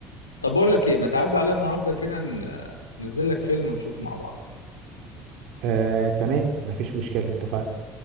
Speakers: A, on the left (about 80°); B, on the right (about 55°).
A: طب بقول لك ايه ما تعدي عليا النهارده كده ن- ننزل لك فيلم ونشوفه مع بعض
B: آه تمام مفيش مشكلة اتفقنا